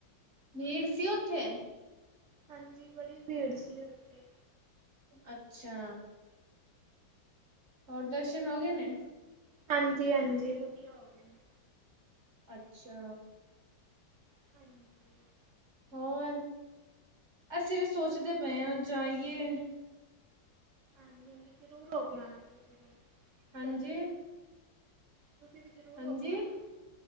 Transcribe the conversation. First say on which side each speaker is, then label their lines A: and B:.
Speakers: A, on the right (about 40°); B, on the right (about 55°).
A: ਭੀੜ ਸੀ ਉੱਥੇ?
B: ਹਾਂਜੀ, ਬੜੀ ਭੀੜ ਸੀ ਉੱਥੇ।
A: ਅੱਛਾ। ਹੋਰ ਦਰਸ਼ਨ ਹੋਗੇ ਨੇ।
B: ਹਾਂਜੀ -ਹਾਂਜੀ ਵਧੀਆ ਹੋ ਗਏ। ਨੇ
A: ਅੱਛਾ।
B: <inaudible>
A: ਹੋਰ, ਅਸੀਂ ਵੀ ਸੋਚਦੇ
B: ਬਸ
A: ਪਏ ਹਾਂ ਜਾਈਏ
B: ਹਾਂਜੀ -ਹਾਂਜੀ ਜ਼ਰੂਰ ਹੋ ਕੇ ਆਉਣਾ ਤੁਸੀਂ ਵੀ
A: ਹਾਂਜੀ
B: ਦਰਸ਼ਨ ਤੁਸੀਂ ਵੀ ਜ਼ਰੂਰ
A: ਹਾਂਜੀ
B: ਹੋ ਕੇ ਆਣਾ